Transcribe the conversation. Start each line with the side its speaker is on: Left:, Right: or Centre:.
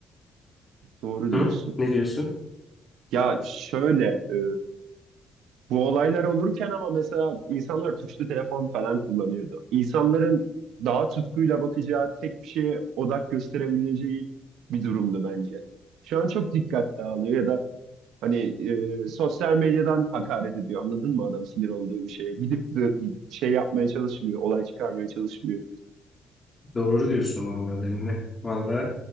Right: Doğru diyorsun.
Left: Hı? Ne diyorsun?
Right: Ya şöyle e, Bu olaylar olurken ama mesela insanlar tuşlu telefon falan kullanıyordu. İnsanların daha tutkuyla bakacağı tek bir şeye odak gösterebileceği bir durumdu bence. Şu an çok dikkat dağılıyor ya da hani e, sosyal medyadan hakaret ediyor. Anladın mı adam sinir olduğu bir şeye? Gidip de şey yapmaya çalışmıyor, olay çıkarmaya çalışmıyor.
Left: Doğru diyorsun vallahi Demine. Vallahi